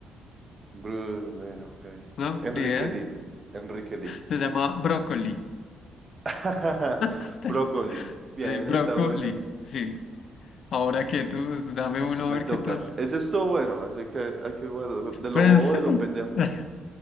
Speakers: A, on the right; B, on the left.
A: Brule, ok.
B: ¿No?
A: Enrique
B: Ni idea.
A: Lee, Enrique Lee.
B: Se llama Brócoli.
A: <laughs>
B: <laughs>
A: Brócoli.
B: Sí,
A: Bien,
B: Brócoli.
A: está buena.
B: Sí. Ahora que tú, dame uno
A: Me
B: a ver
A: toca.
B: qué tal.
A: Ese estuvo bueno, así que hay que guardar. De lo
B: Pues
A: bobo,
B: sí.
A: de lo pendejo.
B: <laughs>